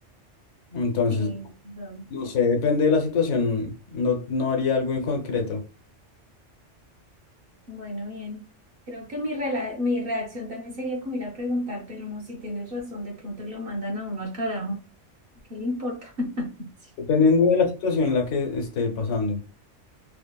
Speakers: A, on the left; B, on the right.
A: Entonces,
B: Sí, perdón.
A: no sé, depende de la situación, no, no haría algo en concreto,
B: bueno, bien. Creo que mi, rela- mi reacción también sería como ir a preguntar, pero no, si tienes razón, de pronto lo mandan a uno al carajo. ¿Qué le importa? <laughs>
A: dependiendo de la situación en la que esté pasando.